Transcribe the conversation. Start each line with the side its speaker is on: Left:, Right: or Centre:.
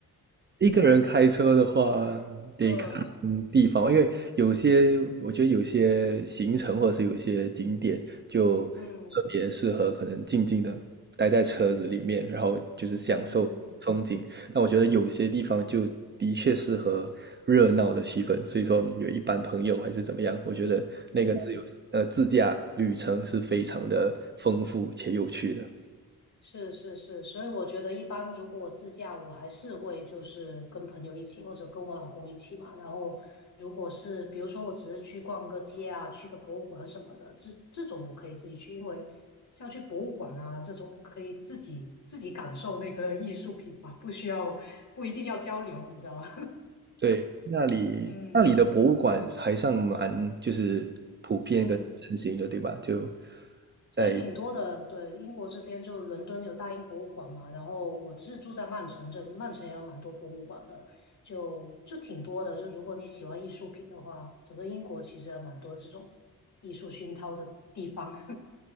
Right: 一个人开车的话，得看
Left: <laughs> 嗯
Right: 地方，因为有些我觉得有些行程或者是有些景点就特别适合可能静静的待在车子里面，
Left: 嗯
Right: 然后就是享受风景。
Left: 嗯
Right: 但我觉得有些地方就的确适合热闹的气氛，所以说有一班朋友还是怎么样，我觉得那个自由呃自驾旅程是非常的丰富且有趣的。
Left: 嗯，是是是，所以我觉得一般如果我自驾，我还是会就是跟朋友一起或者跟我老公一起嘛。然后如果是比如说我只是去逛个街啊，去个博物馆什么的，这这种我可以自己去，因为像去博物馆啊这种可以自己自己感受那个艺术品嘛，不需要不一定要交流，你知道吗？
Right: 对，那里那里的博物馆还算蛮就是普遍跟盛行的，
Left: <laughs> 嗯嗯。
Right: 对吧？就在
Left: 对，挺多的。对，英国这边就伦敦有大英博物馆嘛，然后我是住在曼城这里，曼城也有蛮多博物馆的，就就挺多的。就如果你喜欢艺术品的话，整个英国其实还蛮多这种艺术熏陶的地方。<laughs>